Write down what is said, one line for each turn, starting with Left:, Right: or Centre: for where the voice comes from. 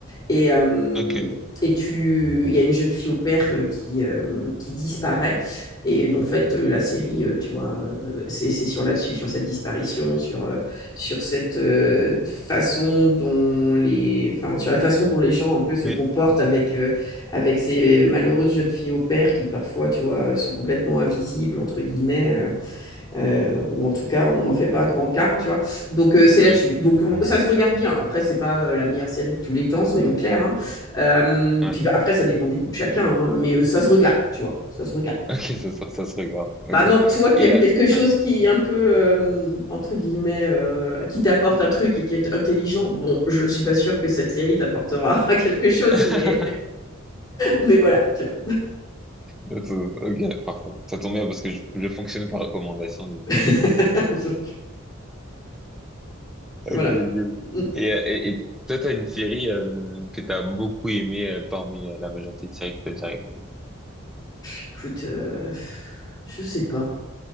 Left: Et, euh,
Centre: ok,
Left: et tu, il y a une jeune fille au pair euh, qui, euh, qui disparaît. Et donc, en fait, euh, la série, euh, tu vois, euh, c'est c'est sur là-dessus, sur cette disparition, sur, euh, sur cette euh, façon dont les, enfin, sur la façon dont les gens un peu se
Centre: oui,
Left: comportent avec, euh, avec ces malheureuses jeunes filles au pair qui parfois, tu vois, sont complètement invisibles, entre guillemets. euh, euh, ou en tout cas, on n'en fait pas grand cas, tu vois. Donc, euh, c'est là-dessus.
Centre: oui, ouais.
Left: Donc, on- ça se regarde bien. Après, c'est pas euh, la meilleure série de tous les temps, soyons clairs. hein. Euh,
Centre: <laughs>
Left: puis bah, après, ça dépend des goûts de chacun, hein, mais euh, ça se regarde, tu vois. Ça se regarde.
Centre: Ok, ça, ça, ça serait grave,
Left: Bah
Centre: ok.
Left: non, toi qui
Centre: Et,
Left: aimes
Centre: euh,
Left: quelque chose
Centre: ouais.
Left: qui est un peu, euh, entre guillemets, euh, qui t'apporte un truc et qui est intelligent, bon, je ne suis pas sûre que cette série t'apportera <laughs> quelque chose,
Centre: <laughs>
Left: mais, mais voilà, tu vois.
Centre: Ça, ça- Ok, parfait. Ça tombe bien parce que je, je fonctionne par recommandation, du
Left: <laughs>
Centre: coup. Ok,
Left: voilà.
Centre: cool.
Left: Mm.
Centre: Et, euh, et, et toi, t'as une série euh, que t'as beaucoup aimée euh, parmi euh, la majorité de séries que t'as déjà regardées?
Left: Écoute, euh, je sais pas.